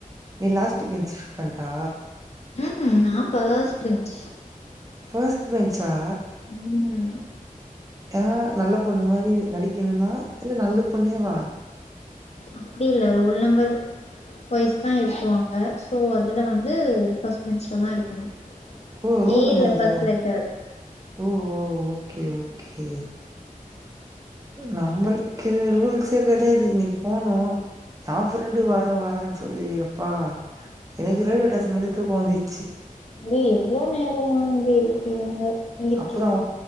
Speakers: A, on the right; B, on the left.
A: நீ லாஸ்ட் பெஞ்ச் ஸ்டுடன்டா
B: ம்ஹூம் நா ஃபஸ்ட் பெஞ்ச்
A: ஃபர்ஸ்ட் பெஞ்சா
B: ம்
A: ஆ நல்ல பொண்ணு மாரி நடிக்கணும்னா இல்ல நல்ல பொண்ணேவா
B: அப்டி இல்ல ரோல் நம்பர் வய்ஸ்தா இருத்துவாங்க சோ அதுல வந்து ஃபஸ்ட் பெஞ்ச்லதா இருக்கணு
A: ஓ ரோல்
B: ஏ
A: நம்பர்
B: இல்ல
A: இதுவா
B: ஃபர்ஸ்ட் லெட்டர்
A: ஓ ஓ ஓகே ஓகே நம்மளுக்கு ரூல்ஸே கெடையாது இன்னைக்கி போனோ எ ஃப்ரெண்டு வர வரன்னு சொல்லி எப்பா எனக்கு ரயில்வே டேஷன் மேலயே தூக்க வந்துச்
B: சரி எவ்ளோ நேரமா அங்க இருக்கீங்க இங்க இருக்கீங்க
A: அப்பறோ